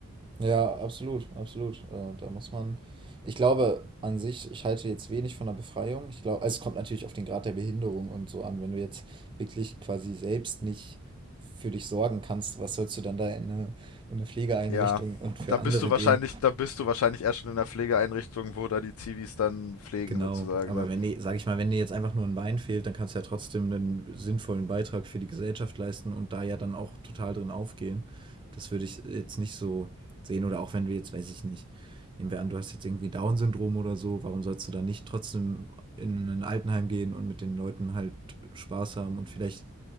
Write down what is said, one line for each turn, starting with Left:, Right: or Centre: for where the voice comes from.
Right: Ja, absolut, absolut. Äh, da muss man, ich glaube an sich, ich halte jetzt wenig von der Befreiung. Ich glaube, also es kommt natürlich auf den Grad der Behinderung und so an. Wenn du jetzt wirklich quasi selbst nicht für dich sorgen kannst, was sollst du dann da in eine, in eine Pflegeeinrichtung
Left: Ja.
Right: und für
Left: Da
Right: andere
Left: bist du wahrscheinlich,
Right: gehen?
Left: da bist du wahrscheinlich erst schon in einer Pflegeeinrichtung, wo da die Zivis dann pflegen
Right: Genau,
Left: sozusagen,
Right: aber
Left: ne?
Right: wenn dir, sag ich mal, wenn dir jetzt einfach nur ein Bein fehlt, dann kannst du ja trotzdem einen sinnvollen Beitrag für die Gesellschaft leisten und da ja dann auch total drin aufgehen. Das würde ich jetzt nicht so sehen. Oder auch wenn wir jetzt, weiß ich nicht, nehmen wir an, du hast jetzt irgendwie Down-Syndrom oder so, warum sollst du dann nicht trotzdem in ein Altenheim gehen und mit den Leuten halt Spaß haben? Und vielleicht